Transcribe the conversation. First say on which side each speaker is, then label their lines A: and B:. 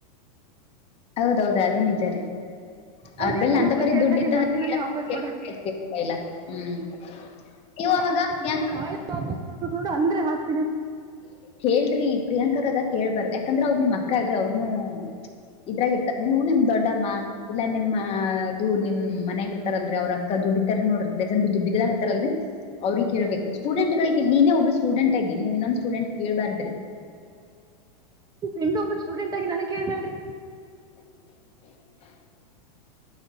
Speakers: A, on the left (about 30°); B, on the right (about 20°).
A: ಹೌದೌದ ಅದನ್ ನಿಜಾರೀ
B: ಅವ್ರ
A: ಅವ್ರಬೆಲ್ಲ
B: ಯಾಕ್ ನಮ್ಮ
A: ಅಂತ
B: ಹತ್ರ
A: ಪರಿ
B: ಕೇಳ್ತಾರಿ
A: ದುಡ್ ಇತ್ತಂದ್ರೆ
B: ಮರ್ದಿನನೇ
A: <unintelligible>
B: ವಾಪಸ್ ಕೊಡ
A: ಹ್ಮ್ ನೀವು
B: ನಮ್ಮ
A: ಅವಾಗ
B: ಅಕ್ಕ
A: ಪ್ರಿಯಾಂಕಾ
B: ಇದ್ರೆ ನಾಳೆನೆ ವಾಪಾಸ್ ಕೊಡಬೇಕು ನೋಡು ಅಂದ್ರೆ ಹಾಕು
A: ಕೇಳ್ರಿ ಇಲ್ಲಿ ಪ್ರಿಯಾಂಕಾಗದ ಕೇಳ್ಬಾರ್ದ ಯಾಕಂದ್ರ ಅವ್ರ ನಿಮ್ ಅಕ್ಕ ಅಲ್ರರಿ ಅವ್ರನು ಇದ್ರಾಗ ಇರ್ತಾರೆ ನೀವು ನಿಮ್ ದೊಡ್ಡಮ್ಮ ಇಲ್ಲ ನಿಮ್ಮ ಇದು ನಿಮ್ ಇದು ಮನೆಯಗ್ ಇರ್ತಾರಲ್ರಿ ಅವ್ರ ಅಕ್ಕದ ದುಡಿತಾರ ನೋಡ್ರಿ ಪ್ರೆಸೆಟ್ ದುಡ್ಡಿಲ್ಲಕಾತರಲ್ಲಿ ಅವ್ರಿಗೆ ಕೇಳಬೇಕೆಯಿ ಸ್ಟೂಡೆಂಟ್ ನೀನೇ ಒಬ್ಬ ಸ್ಟೂಡೆಂಟ್ ನೀವ್ ಇನ್ನೊಂದ ಸ್ಟೂಡೆಂಟ್ ಕೇೇಳಳ್ಬಾರ್ದ್ರಿ
B: ಇನ್ನೊಬ್ಬ ಸ್ಟೂಡೆಂಟ್ ಆಗಿ ನನಗ್ ಕೇಳ್ದಲ್ರರಿ
A: <unintelligible>